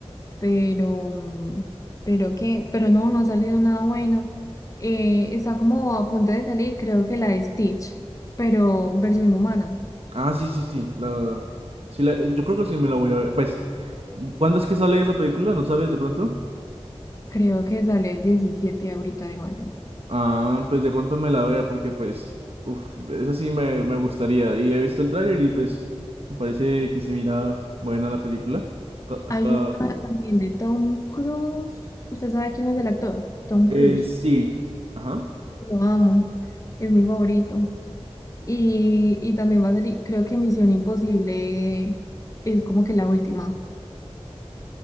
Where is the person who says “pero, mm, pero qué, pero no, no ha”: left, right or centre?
Left